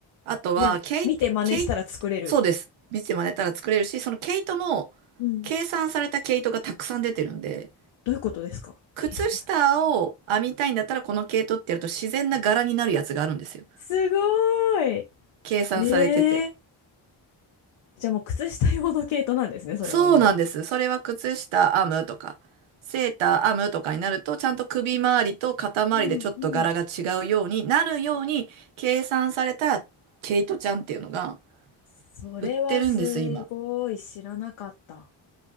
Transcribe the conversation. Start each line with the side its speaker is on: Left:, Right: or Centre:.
Right: あとは、
Left: ー、でも見て真似したら作れる。
Right: ケイ、ケイ、そうです。見て真似たら作れるし、その毛糸も、
Left: うん
Right: 計算された毛糸がたくさん出てるんで、
Left: どういうことですか計算され。
Right: 靴下を編みたいんだったら、この毛糸ってやると自然な柄になるやつがあるんですよ。
Left: すごーい。
Right: 計算されてて。
Left: へえ。じゃあもう靴下用の毛糸なんですね、それはも
Right: そうなんです。それは靴下編むとか、セーター編むとかになると、ちゃんと首周りと肩周りでちょっと柄が違うようになるように計算された毛糸ちゃんっていうのが
Left: う。うんうん。それはすごい知らなかった。
Right: 売ってるんです、今。